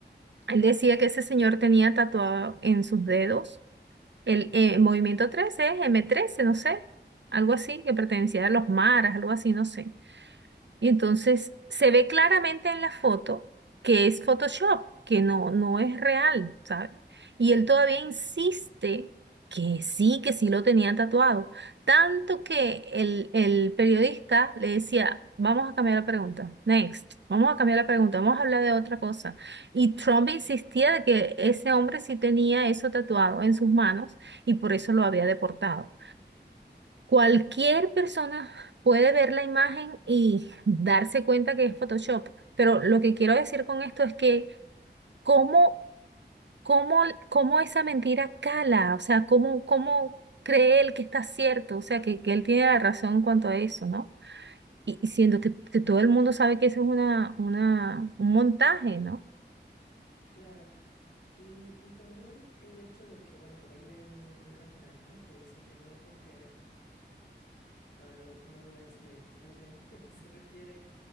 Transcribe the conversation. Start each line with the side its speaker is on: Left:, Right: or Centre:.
Right: él decía que ese señor tenía tatuado en sus dedos el eh, Movimiento 13 m trece no sé, algo así, que pertenecía a los maras, algo así, no sé. Y entonces se ve claramente en la foto que es Photoshop, que no, no es real, ¿sabes? Y él todavía insiste que sí, que sí lo tenía tatuado. Tanto que el, el periodista le decía, vamos a cambiar la pregunta, next, vamos a cambiar la pregunta, vamos a hablar de otra cosa. Y Trump insistía de que ese hombre sí tenía eso tatuado en sus manos y por eso lo había deportado. Cualquier persona puede ver la imagen y darse cuenta que es Photoshop, pero lo que quiero decir con esto es que cómo, cómo, cómo esa mentira cala, o sea, cómo, cómo cree él que está cierto, o sea, que, que él tiene la razón en cuanto a eso, ¿no? Y, y siendo que, que todo el mundo sabe que eso es una, una, un montaje, ¿no?
Left: claro. Y, y también el hecho de que, bueno, por ahí hay un, un refrán, ¿no? Que dice que no porque a ver, lo- no lo voy a decir bien, más bien <laughs> se refiere